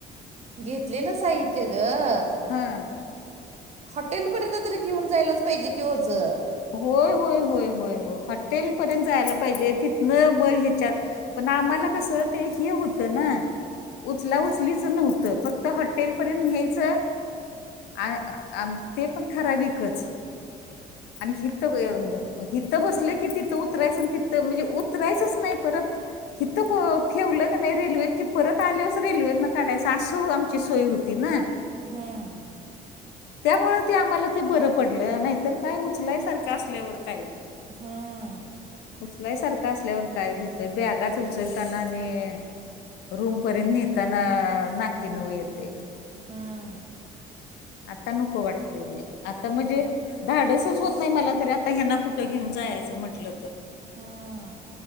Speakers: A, on the right; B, on the left.
A: घेतलेलं साहित्य गं
B: हं,
A: हॉटेलपर्यंत तरी घेऊन जायलाच पाहिजे कि ओझं
B: होय, होय, होय, होय हॉटेल पर्यंत जायला पाहिजे, तिथनं मं ह्याच्यात पण आम्हाला कसं ते हे होतं ना उचला- उचलीचं नव्हतं, फक्त हॉटेल पर्यंत न्यायचं आ अंमं ते पण ठराविकच. आणि हिथ अं, हिथं बसलं की तिथं उतरायचं अन् तिथं म्हणजे उतरायचंच नाही परत. इथं ठेवलं क नई की रेल्वेत, की परत आल्यावरच रेल्वेत न काढायं असं आमची सोय होत होती ना.
A: हूं!
B: त्यामुळ ते आम्हाला ते बरं पडलं नाही तर काय उचलाय सारखं अ सल्यावर काय.
A: हं!
B: उचलायसारखं असल्यावर काय घेतोय बॅगाच उचलतांना नी! रूमपर्यंत न्हेताना नाक्की नऊ येतेयं.
A: हूं!
B: आता नको वाटतय त्यां आता म्हणजे धाडसचं होत नाही मला तरी आता, ह्यांना कुठं घेऊन जायाच म्हंटलं तर.
A: हा हा!